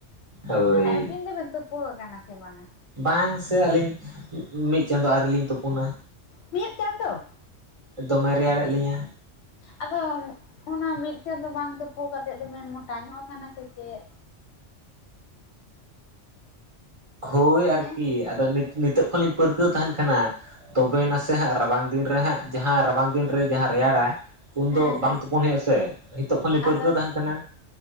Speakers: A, on the right; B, on the left.
A: ᱦᱳᱭ
B: ᱛᱟᱦᱚᱞᱮ ᱟᱹᱵᱤᱱ ᱫᱚᱵᱮᱱ ᱛᱳᱯᱩ ᱟᱠᱟᱱᱟ ᱥᱮ ᱵᱟᱝᱟ?
A: ᱵᱟᱝ ᱥᱮ ᱟᱹᱞᱤᱧ ᱢᱤᱫ ᱪᱟᱸᱫᱳ ᱟᱨᱣᱮᱞᱤᱧ ᱛᱩᱯᱩᱱᱟ
B: ᱢᱤᱫ ᱪᱟᱸᱫᱳ
A: ᱫᱚᱢᱮ ᱨᱮᱭᱟᱲᱮᱫ ᱞᱤᱧᱟᱹ
B: ᱟᱫᱚ ᱚᱱᱟ ᱢᱤᱫ ᱵᱟᱝ ᱛᱩᱯᱩ ᱠᱟᱛᱮᱫ ᱫᱚ ᱵᱮᱱ ᱢᱚᱴᱟ ᱧᱚᱜ ᱟᱠᱟᱱᱟ ᱥᱮ ᱪᱮᱫ
A: ᱦᱳᱭ
B: ᱦᱮᱸ
A: ᱟᱨᱠᱤ ᱟᱫᱚ ᱱᱤᱛᱚᱜ ᱠᱷᱚᱱᱞᱤᱧ ᱯᱟᱹᱨᱠᱟᱹᱣ ᱛᱟᱦᱮᱱ ᱠᱟᱱᱟ᱾ ᱛᱚᱵᱮᱭ ᱱᱟᱥᱮ ᱦᱟᱸᱜ ᱨᱟᱵᱟᱝ ᱫᱤᱱ ᱨᱮ ᱦᱟᱸᱜ ᱡᱟᱦᱟᱸ ᱨᱟᱵᱟᱝ ᱫᱤᱱ ᱨᱮ ᱡᱟᱦᱟᱸ ᱨᱮᱭᱟᱲᱟ ᱩᱱᱫᱚ
B: ᱦᱮᱸ
A: ᱵᱟᱝ
B: ᱦᱮᱸ
A: ᱛᱩᱯᱚᱱ ᱦᱩᱭᱩᱜᱼᱟ ᱥᱮ ᱱᱤᱛᱚᱜ ᱠᱷᱚᱱᱞᱤᱧ
B: ᱟᱫᱚ
A: ᱯᱟᱹᱨᱠᱟᱹᱣ ᱛᱟᱦᱮᱱ ᱠᱟᱱᱟ